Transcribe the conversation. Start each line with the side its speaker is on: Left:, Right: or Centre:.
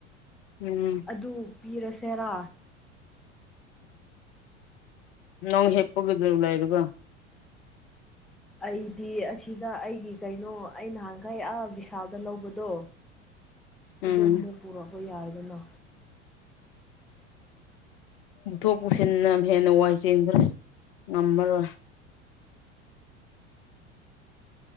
Left: ꯎꯝ
Centre: ꯑꯗꯨ ꯄꯤꯔꯁꯦꯔꯥ
Left: ꯅꯪ ꯍꯦꯄꯒꯤꯗꯨꯂꯩꯔꯕ
Centre: ꯑꯩꯗꯤ ꯑꯁꯤꯗ ꯑꯩꯒꯤ ꯀꯩꯅꯣ ꯑꯩ ꯅꯍꯥꯟꯈꯩ ꯑꯥ ꯕꯤꯚꯤꯁꯥꯜꯗ ꯂꯧꯕꯗꯣ
Left: ꯎꯝ
Centre: ꯑꯗꯣ ꯑꯃꯨꯛ ꯄꯨꯔꯛꯄ ꯌꯥꯏꯗꯅ
Left: ꯄꯨꯊꯣꯛ ꯄꯨꯁꯤꯟꯅ ꯍꯦꯟꯅ ꯋꯥꯏ ꯆꯤꯟꯈꯔꯦ ꯉꯝꯃꯔꯣꯏ